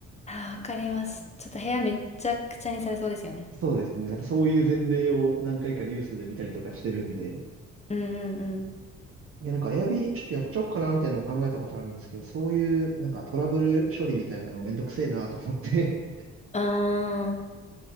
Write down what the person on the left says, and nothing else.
あー、わかります。ちょっと部屋めっちゃくちゃにされそうですよね。
うんうんうん。
ああ